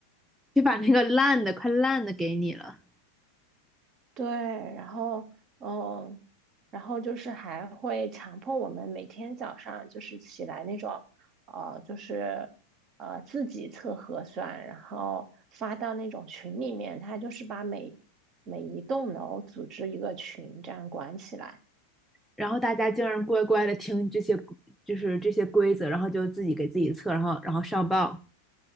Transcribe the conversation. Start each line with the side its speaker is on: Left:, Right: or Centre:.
Centre: 就把那个烂的快烂的给你了，
Right: 对，然后嗯，然后就是还会强迫我们每天早上就是起来那种，呃，就是呃自己测核酸，然后发到那种群里面，他就是把每每一栋楼组织一个群这样管起来。
Centre: 然后大家竟然乖乖的听这些就是这些规则，然后就自己给自己测，然后然后上报